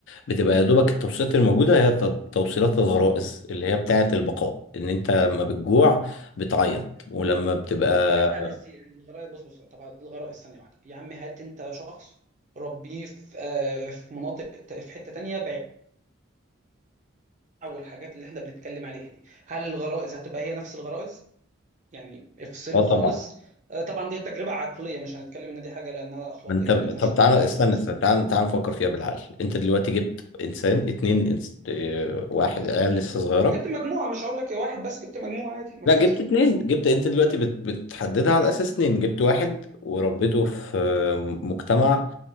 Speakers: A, on the left; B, on the right.
A: بتبقى يا دوبك التوصيلات الموجودة هي ت- توصيلات الغرائز اللي هي بتاعة البقاء ان انت لما بتجوع بتعيط ولما بتبقى
B: لا بس يعني الغرائز بص بص طبعا الغرائز ثانيه واحده يا عم هات انت شخص ربيه في آه، في مناطق ت- في حته تانيه بعيد عن الحاجات اللي احنا بنتكلم عليها دي هل الغرائز هتبقى هي نفس الغرائز يعني افصله
A: اه
B: خالص
A: طبعا
B: آه، طبعا دي تجربه عقليه مش هنتكلم ان دي حاجه لانها اخلاقيا
A: ما انت طب
B: ما ينفعش
A: تعالى
B: تحصل
A: استنى
B: اصلا
A: استنى تعالى تعالى نفكر فيها بالعقل انت دلوقتي جبت انسان اتنين انس... اه، واحد عيال لسه صغيرة
B: جبت مجموعة مش هقول لك واحد بس جبت مجموعة عادي مفيش
A: لا جبت
B: مشكلة
A: اتنين جبت انت دلوقتي بت... بتحددها على اساس اتنين جبت واحد وربيته في اه، مجتمع